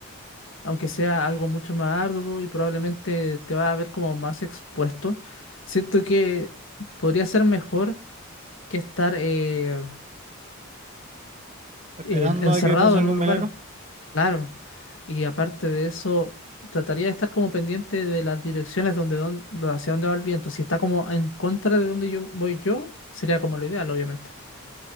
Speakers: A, on the left; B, on the right.
A: aunque sea algo mucho más arduo y probablemente te va a ver como más expuesto, siento que podría ser mejor que estar eh, eh,
B: Esperando
A: encerrado
B: a que pase
A: en
B: algún
A: un lugar,
B: milagro.
A: claro. Y aparte de eso, trataría de estar como pendiente de las direcciones donde, don- do- hacia dónde va el viento. Si está como en contra de donde yo voy yo, sería como lo ideal, obviamente.